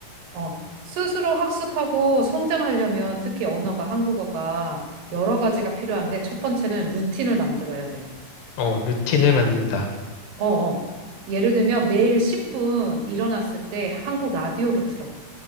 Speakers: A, on the right; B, on the left.
A: 어, 스스로 학습하고 성장하려면 특히 언어가 한국어가 여러 가지가 필요한데 첫 번째는 루틴을 만들어야 돼.
B: 어, 루틴을 만든다.
A: 어, 어. 예를 들면 매일 10분 일어났을 때 한국 라디오를 틀어.